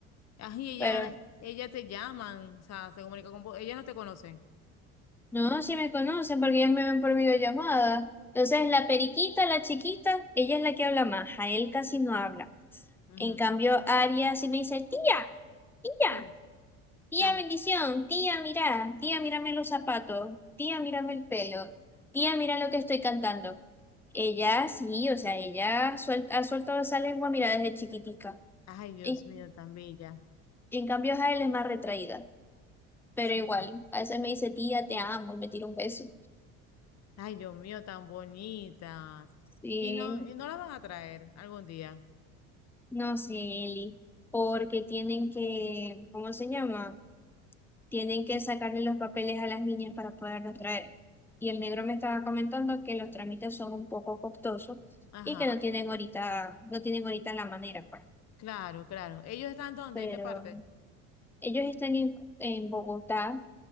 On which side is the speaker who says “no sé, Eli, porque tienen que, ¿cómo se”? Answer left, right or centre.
Centre